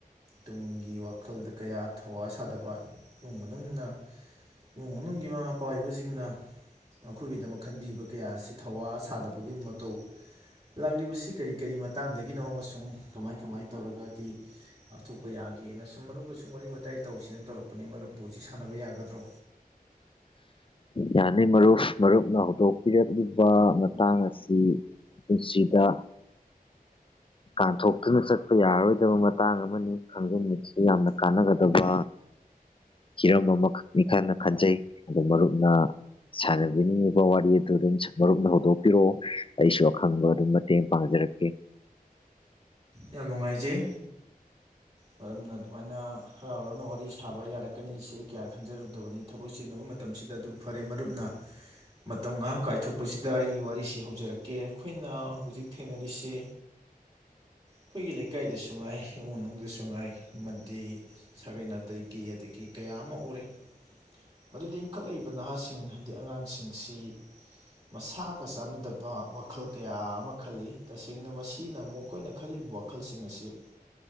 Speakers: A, on the right; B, on the left.
A: ꯇꯨꯡꯒꯤ ꯋꯥꯈꯜꯗ ꯀꯌꯥ ꯊꯧꯋꯥ ꯁꯥꯗꯕ ꯏꯃꯨꯡ ꯃꯅꯨꯡꯅ ꯏꯃꯨꯡ ꯃꯅꯨꯡꯒꯤ ꯃꯃꯥ ꯃꯄꯥ ꯑꯣꯏꯕꯁꯤꯡꯅ ꯃꯈꯣꯏꯒꯤꯗꯃꯛ ꯈꯟꯕꯤꯕ ꯀꯌꯥ ꯑꯁꯤ ꯊꯋꯥ ꯁꯥꯗꯕꯒꯤ ꯃꯇꯧ ꯂꯥꯛꯂꯤꯕꯁꯤ ꯀꯔꯤ ꯀꯔꯤ ꯃꯇꯥꯡꯗꯒꯤꯅꯣ ꯑꯃꯁꯨꯡ ꯀꯃꯥꯏ ꯀꯃꯥꯏ ꯇꯧꯔꯒꯗꯤ ꯉꯥꯛꯊꯣꯛꯄ ꯌꯥꯒꯦꯅ ꯁꯨꯝ ꯃꯔꯨꯞꯀ ꯁꯨꯝ ꯋꯥꯔꯤ ꯋꯥꯇꯥꯏ ꯇꯧꯁꯦꯅ ꯇꯧꯔꯛꯄꯅꯤ ꯃꯔꯨꯞꯄꯨꯁꯤ ꯁꯥꯟꯅꯕ ꯌꯥꯒꯗ꯭ꯔꯣ
B: ꯌꯥꯅꯤ ꯃꯔꯨꯞ ꯃꯔꯨꯞꯅ ꯍꯧꯗꯣꯛꯄꯤꯔꯛꯂꯤꯕ ꯃꯇꯥꯡ ꯑꯁꯤ ꯄꯨꯟꯁꯤꯗ ꯀꯥꯟꯊꯣꯛꯇꯨꯅ ꯆꯠꯄ ꯌꯥꯔꯔꯣꯏꯗꯕ ꯃꯇꯥꯡ ꯑꯃꯅꯤ ꯈꯪꯖꯟꯕꯕꯁꯤ ꯌꯥꯝꯅ ꯀꯥꯟꯅꯒꯗꯕ ꯍꯤꯔꯝ ꯑꯃꯈꯛꯅꯤ ꯈꯅ ꯈꯟꯖꯩ ꯑ ꯃꯔꯨꯞꯅ ꯁꯥꯟꯅꯕꯤꯅꯤꯡꯉꯤꯕ ꯋꯥꯔꯤ ꯑꯗꯨ ꯑꯗꯨꯝ ꯃꯔꯨꯞꯅ ꯍꯧꯗꯣꯛꯄꯤꯔꯛꯑꯣ ꯑꯩꯁꯨ ꯑꯈꯪꯕ ꯑꯗꯨꯝ ꯃꯇꯦꯡ ꯄꯥꯡꯖꯔꯛꯀꯦ
A: ꯌꯥꯝ ꯅꯨꯡꯉꯥꯏꯖꯩ ꯃꯔꯝ ꯑꯗꯨꯃꯥꯏꯅ ꯍꯔꯥꯎ ꯍꯔꯥꯎꯅ ꯋꯥꯔꯤ ꯁꯥꯕ ꯌꯥꯔꯛꯀꯅꯤ ꯁꯤ ꯑꯩ ꯀꯌꯥ ꯈꯟꯖꯔꯨꯗꯕꯅꯤ ꯊꯕꯛ ꯆꯤꯟꯅꯕ ꯃꯇꯝꯁꯤꯗ ꯑꯗꯨꯕꯨ ꯐꯔꯦ ꯃꯔꯨꯞꯅ ꯃꯇꯝ ꯉꯥꯏꯍꯥꯛ ꯀꯥꯏꯊꯣꯛꯄꯁꯤꯗ ꯑꯩ ꯋꯥꯔꯤꯁꯤ ꯍꯧꯖꯔꯛꯀꯦ ꯑꯩꯈꯣꯏꯅ ꯍꯧꯖꯤꯛ ꯊꯦꯡꯅꯔꯤꯁꯤ ꯑꯩꯈꯣꯏꯒꯤ ꯂꯩꯀꯥꯏꯗꯁꯨ ꯉꯥꯏ ꯏꯃꯨꯡ ꯃꯅꯨꯡꯗꯁꯨ ꯉꯥꯏ ꯑꯃꯗꯤ ꯁꯥꯒꯦꯟ ꯅꯥꯇꯩꯒꯤ ꯑꯗꯒꯤ ꯀꯌꯥ ꯑꯃ ꯎꯔꯦ ꯃꯗꯨꯗꯤ ꯏꯟꯈꯠꯂꯛꯏꯕ ꯅꯍꯥꯁꯤꯡ ꯍꯥꯏꯗꯤ ꯑꯉꯥꯡꯁꯤꯡꯁꯤ ꯃꯁꯥꯒ ꯆꯥꯟꯅꯗꯕ ꯋꯥꯈꯜ ꯀꯌꯥ ꯑꯃ ꯈꯜꯂꯤ ꯇꯁꯦꯡꯅ ꯃꯁꯤꯅ ꯃꯈꯣꯏꯅ ꯈꯜꯂꯤꯕ ꯋꯥꯈꯜꯁꯤꯡ ꯑꯁꯤ